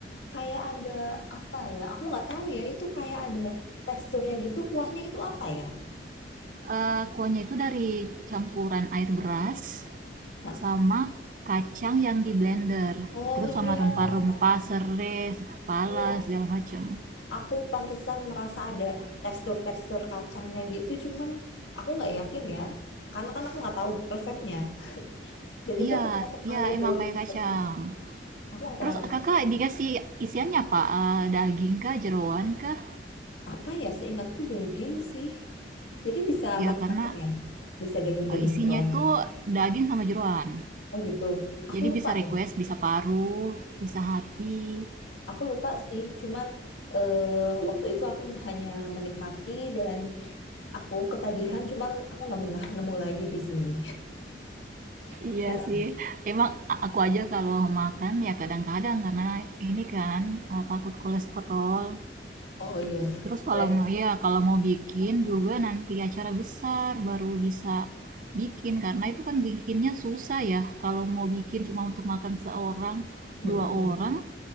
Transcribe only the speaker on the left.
kayak ada apa ya? Aku nggak tahu ya. Itu kayak ada teksturnya gitu. Kuahnya itu apa ya?
Nah,
oh
iya,
Pak.
Iya,
aku pantesan merasa ada tekstur-tekstur kacangnya gitu. Cuman aku nggak yakin ya, karena kan aku nggak tahu resepnya. Dan itu
aku cuma sekali
doang.
Aku
nggak pernah. Aku nggak pernah
makan
apa ya? Seingatku daging sih. Jadi bisa
macam-macam
ya. Bisa daging dan
jeroan
gitu.
Oh gitu. Aku
lupa
ya.
Aku lupa sih, cuman eh, waktu itu aku hanya menikmati dan aku ketagihan, cuman aku nggak pernah nemu lagi di sini. <laughs>
Jarang.
Oh iya,
sebenarnya.
mm-mm.